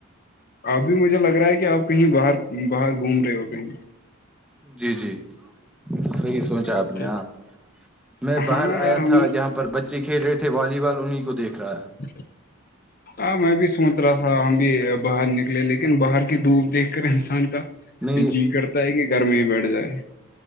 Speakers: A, on the left; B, in the centre.
A: اب بھی مجھے لگ رہا ہے کہ آپ کہیں باہر باہر گھوم رہے ہو کہیں
B: جی جی صحیح سوچا
A: اچھا
B: آپ نے ہاں میں باہر
A: ہاں یار
B: آیا
A: ہم
B: تھا جہاں پر بچے بچے کھیل رہے تھے والی بال انہیں کویکھ رہا ہے
A: <inaudible> ہاں میں بھی سوچ رہا تھا ہم بھی باہر نکلے لیکن باہر کی دھوپ دیکھ کر انسان کا
B: نہیں
A: جی کرتا ہے کہ گھر میں ہی بیٹھ جائے